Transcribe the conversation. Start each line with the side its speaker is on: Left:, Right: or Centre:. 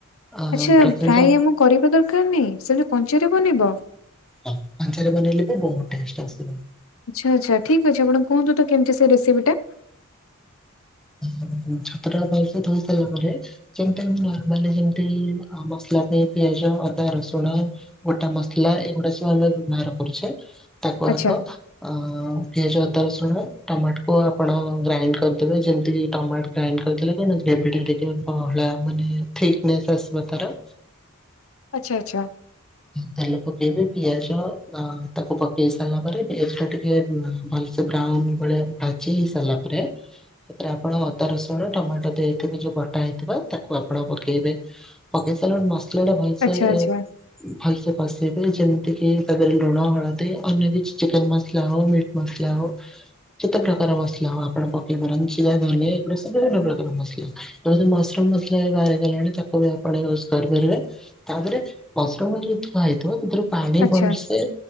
Centre: ଅ
Left: ଆଚ୍ଛା
Centre: ପ୍ରଥମତଃ
Left: ଫ୍ରାଏ ଆମକୁ କରିବା ଦରକାର ନାହିଁ ସେମତି କଞ୍ଚ ରେ ବନିବ।
Centre: ହଁ, କଞ୍ଚାରେ ବନେଇଲେ ବି ବହୁତ ଟେଷ୍ଟ ଆସିବ।
Left: ଆଚ୍ଛା, ଆଚ୍ଛା ଠିକ୍ ଅଛି ଆପଣ କୁହୁନ୍ତୁ ତ କେମିତି ସେ ରେସିପି ଟା?
Centre: ଉଁ ଛତୁ ଟା ଭଲସେ ଧୋଇ ସାରିଲା ପରେ ଯେମତି ଆମେ ନର୍ମାଲି ଯେମତି ମସଲା ଦେଇ ପିଆଜ, ଅଦା, ରସୁଣ। ଗୋଟା ମସଲା ଏଇଗୁଡା ସବୁ ଆମେ ବ୍ୟବହାର କରୁଛେ। ତାକୁ
Left: ଆଚ୍ଛା,
Centre: ଆଗ ଅ ପିଆଜ, ଅଦା, ରସୁଣ, ଟମାଟ କୁ ଆପଣ ଗ୍ରାଇଣ୍ଡ କରିଦେବେ, ଯେମିତି ଟମାଟ ଗ୍ରାଇଣ୍ଡ କରିଦେଲେ କ ଗ୍ରେଭି ଟା ଟିକେ ବହଳିଆ ମାନେ ଥିକ ନେସ ଆସବ ତାର।
Left: ଆଚ୍ଛା ଆଚ୍ଛା।
Centre: ତେଲ ପକେଇବେ, ପିଆଜ ଅ ତାକୁ ପକେଇ ସାରିଲା ପରେ ପିଆଜ ଟା ଟିକେ ଆଁ ଭଲ ସେ ବ୍ରାଉନ୍ ଭଳିଆ ଭାଜି ହେଇ ସାରିଲା ପରେ ସେଥିରେ ଆପଣ ଅଦା, ରସୁଣ, ଟମାଟୋ ଦେଇେ ଥିବେ ଯୋଉ ବଟା ହେଇଥିବ ତାକୁ ଆପଣ ପକେଇବେ। ପକିସାଲେ ମସଲାଟା ଭଲସେ
Left: ଆଚ୍ଛା, ଆଚ୍ଛା,
Centre: ଭଲସେ କଷେଇିବେ ଯେମିତି କି ତା ଦେରେ ଲୁଣ, ହଳଦୀ, ଅନ୍ୟ କିଛି ଚିକେନ ମସଲା ହଉ ମିଟ୍ ମସଲା ହଉ। ଯେତେ ପ୍ରକାର ମସଲା ହୁଉ ଆପଣ ପକେଇ ପାରନ୍ତି ଜିରା, ଧନିଆ, ଏ ଗୁରା ସବୁ ପ୍ରକାର ମସଲା। ଏବେ ତ ମସରୁମ୍ ମସଲା ବି ବାହାରି ଗଲାଣି ତାକୁ ବି ଆପଣ ୟୁଜ କରିପାରିବେ। ତା ପରେ ମୁଶ୍ରୁମ୍ ମାନେ ଧୁଆ ହେଇଥିବ ସେଥିରୁ ପାଣି
Left: ଆଚ୍ଛା
Centre: ଭଲସେ